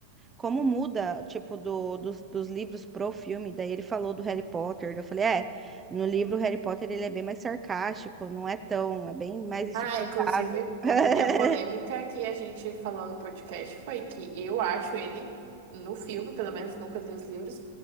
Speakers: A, on the right; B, on the right.
A: como muda, tipo, do, dos, dos livros pro filme, daí ele falou do Harry Potter, daí eu falei, é, no livro o Harry Potter ele é bem mais sarcástico, não é tão, é bem mais insuportável.
B: Ah, inclusive,
A: <laughs>
B: opinião polêmica que a gente falou no podcast foi que eu acho ele, no filme, pelo menos nunca li os livros,